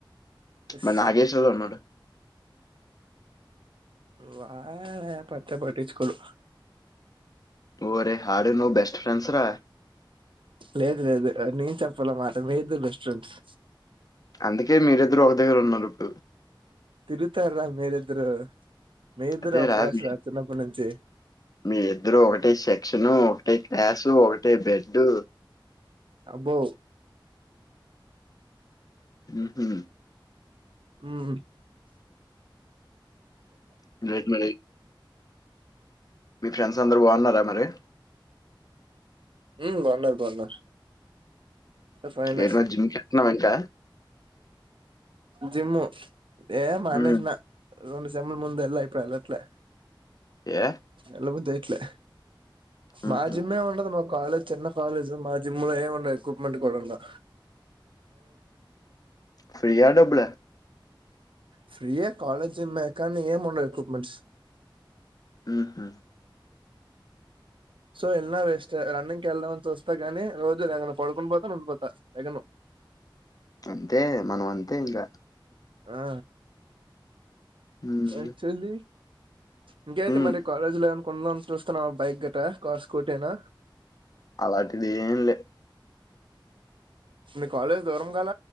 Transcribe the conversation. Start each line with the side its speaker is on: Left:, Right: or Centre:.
Right: ఎస్
Left: మరి నాగేశ్వర్ ఉన్నాడ?
Right: వాడా పట్టే పటిచ్చుకోడు.
Left: ఓరే ఆడు నువ్ బెస్ట్ ఫ్రెండ్స్ రా!
Right: లేదు లేదు నేను చెప్పాలామాట మీ ఇద్దరు బెస్ట్ ఫ్రెండ్స్
Left: అందుకే మీరిద్దరు ఒక దగ్గర ఉన్నరు ఇప్పుడు.
Right: తిరుగుతార్రా మీరిద్దరు, మీ ఇద్దరు
Left: అదేరా
Right: ఒక క్లాస్
Left: మీ
Right: రా చిన్నప్పటినుంచి
Left: మీ ఇద్దరు ఒకటే సెక్షన్, ఒకటే క్లాసు, ఒకటే బెడ్డు.
Right: అబ్బో
Left: ఉహు
Right: ఉమ్
Left: ఇంకేంటి మరి? మీ ఫ్రెండ్స్ అందరు బాగున్నారా మరి?
Right: ఉమ్ బాగున్నారు బాగున్నారు ఫైనే
Left: ఏరా జిమ్ కెళ్తున్నావా ఇంకా?
Right: జమ్మూ ఏ మానేసిన,
Left: హ్మ్.
Right: రెండు సేమ్ల ముందు ఎల్లా ఇపుడేళ్ళట్లే.
Left: ఏ?
Right: ఎల్లబుద్దయట్లే
Left: హుహు.
Right: మా జిమ్ ఏం ఉండదు మో కాలేజ్ చిన్న కాలేజు, మా జిమ్ లో ఏం ఉండవు, ఎక్విప్మెంట్ కూడా ఉండవ్.
Left: ఫ్రీయా డబ్బులా?
Right: ఫ్రీయే కాలేజ్ జిమ్మె కాని ఏముండవ్ ఎక్విప్మెంట్స్.
Left: ఉహు
Right: సో ఎళ్ళినా వేస్ట్ రన్నింగ్కి ఎళ్దామని చూస్తా కాని రోజు లేగను, పడుకుని పోతా ఉండిపోతా లెగను
Left: అంతే మనమంతే ఇంగ
Right: ఆ
Left: హ్మ్.
Right: యాక్చువల్లీ ఇంక అయితే
Left: హ్మ్.
Right: మరి కాలేజీ లో ఏం కున్మామ్ చూస్తున్నావా బైక్ గిటా, కార్, స్కూటీ ఏన
Left: అలాంటిది ఏంలే
Right: మీ కాలేజ్ దూరం కల